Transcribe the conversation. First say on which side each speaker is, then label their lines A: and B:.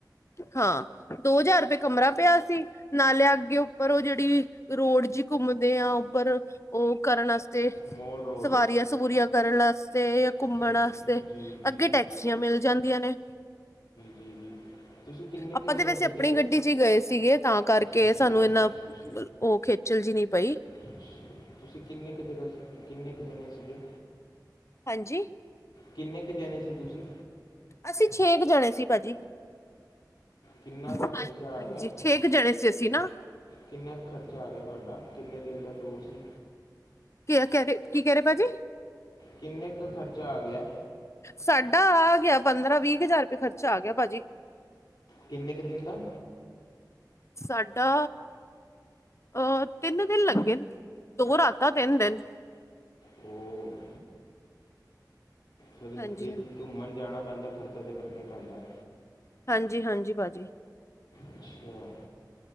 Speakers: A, on the left; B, on the left.
A: ਹਾਂ ਦੋ ਹਜ਼ਾਰ ਰੁਪਏ ਕਮਰਾ ਪਿਆ ਸੀ। ਨਾਲੇ ਅੱਗੇ ਉੱਪਰ ਉਹ ਜਿਹੜੀ ਰੋਡ ਜੀ ਘੁੰਮਦੇ ਆ ਉੱਪਰ ਉਹ ਕਰਨ ਤੇ
B: ਮੋਲ ਰੋਡ
A: ਸਵਾਰੀਆਂ ਸਵਰੀਆਂ ਕਰਨ ਵਾਸਤੇ ਜਾਂ ਘੁੰਮਣ
B: ਜੀ
A: ਵਾਸਤੇ
B: ਜੀ ਜੀ
A: ਅੱਗੇ ਟੈਕਸੀਆਂ ਮਿਲ ਜਾਂਦੀਆਂ ਨੇ
B: ਜੀ ਜੀ ਤੁਸੀਂ ਕਿੰਨੇ ਕੁ
A: ਆਪਾਂ
B: ਜਣੇ
A: ਤੇ ਵੈਸੇ
B: ਸੀਗੇ
A: ਆਪਣੀ ਗੱਡੀ ਜੀ ਗਏ ਸੀਗੇ ਤਾਂ ਕਰਕੇ
B: ਅੱਛਾ
A: ਸਾਨੂੰ
B: ਅੱਛਾ
A: ਇਨਾ
B: ਅੱਛਾ
A: ਉਹ ਖੇਚਲ ਜਹੀ ਨੀ ਪਈ
B: ਅੱਛਾ ਤੁਸੀਂ ਕਿੰਨੇ ਜੱਗਾ ਸੀ ਕਿੰਨੇ ਜਣੇ ਸੀਗੇ
A: ਹਾਂਜੀ
B: ਕਿੰਨੇ ਜਣੇ ਸੀ ਤੁਸੀਂ
A: ਅਸੀਂ ਛੇ ਜਾਣੇ ਸੀ ਭਾਜੀ
B: ਕਿੰਨਾ ਕੁ
A: ਹਾਂਜੀ
B: ਖ਼ਰਚਾ ਆ ਗਿਆ
A: ਛੇ ਕੁ ਜਣੇ ਸੀ ਅਸੀਂ ਨਾ
B: ਕਿੰਨਾ ਕੁ ਖਰਚਾ ਆ ਗਿਆ ਤੁਹਾਡਾ ਕਿੰਨੇ ਦਿਨ ਦਾ ਟੂਰ ਸੀ।
A: ਕਹਿ ਕੀ ਕਹਿ ਰਹੇ ਭਾਜੀ
B: ਕਿੰਨੇ ਖਰਚਾ ਆ ਗਿਆ
A: ਸਾਡਾ ਆ ਗਿਆ ਪੰਦਰਾਂ ਵੀਹ ਕੁ ਹਜ਼ਾਰ ਰੁਪਏ ਖਰਚਾ ਆ ਗਿਆ ਭਾਜੀ
B: ਕਿੰਨੇ ਕੁ ਦਿਨ ਦਾ
A: ਸਾਡਾ ਅਹ ਤਿੰਨ ਦਿਨ ਲੱਗੇ ਨੇ ਦੋ ਰਾਤਾਂ ਤਿੰਨ ਦਿਨ
B: ਉਹ ਫਿਰ
A: ਹਾਂਜੀ
B: ਜੇ
A: ਹਾਂਜੀ
B: ਘੁੰਮਣ ਜਾਣਾ ਪੈਂਦਾ ਖਰਚਾ ਤਾਂ ਕੱਢਣਾ ਪੈਂਦਾ
A: ਹਾਂਜੀ, ਹਾਂਜੀ ਬਾਜੀ।
B: ਅੱਛਾ,